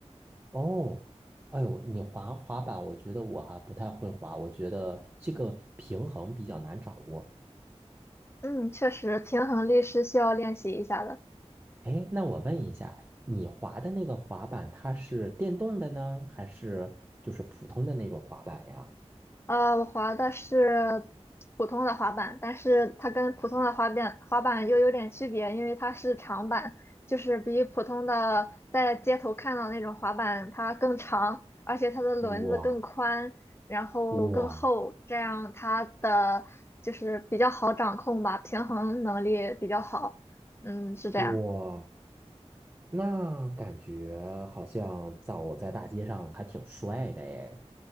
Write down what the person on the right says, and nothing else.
哦，哎呦，你滑滑板，我觉得我还不太会滑，我觉得这个平衡比较难掌握。
哎，那我问一下，你滑的那个滑板，它是电动的呢，还是就是普通的那种滑板呀？
哇
哇
哇！那感觉好像走在大街上还挺帅的哎。